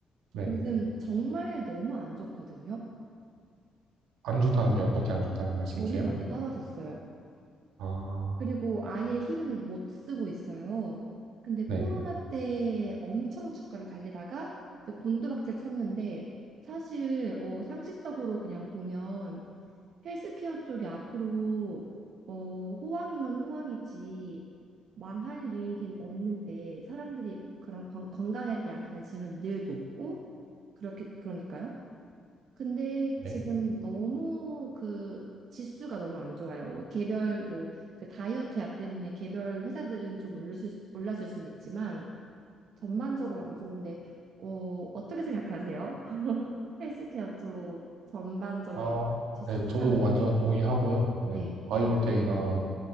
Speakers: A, on the right (about 85°); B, on the right (about 65°).
A: 네.
B: 요즘 정말 너무 안 좋거든요.
A: 안 좋다는 게 어떻게 안 좋다는 말씀이세요?
B: 너무 많이 떨어졌어요.
A: 아,
B: 그리고 아예 힘을 못 쓰고 있어요. 근데 코로나
A: 네.
B: 때 엄청 주가를 달리다가 이제 곤두박질 쳤는데 사실 어, 상식적으로 그냥 보면 헬스케어 쪽이 앞으로 어, 호황이면 호황이지 망할 일은 없는데 사람들이 그런 건- 건강에 대한 관심은 늘 높고 그렇게 그러니까요. 근데
A: 네.
B: 지금 너무 그 지수가 너무 안 좋아요. 뭐 개별 뭐 그 다이어트 약 때문에 개별 회사들은 좀 올랐을 수, 올랐을 수는 있지만 전반적으로 안 좋은데 어, 어떻게 생각하세요? <laughs> 헬스케어 쪽 전반적인
A: 아,
B: 지수로
A: 네. 저도
B: 사는
A: 완전 동의하고요. 네.
B: 네.
A: 바이오텍이나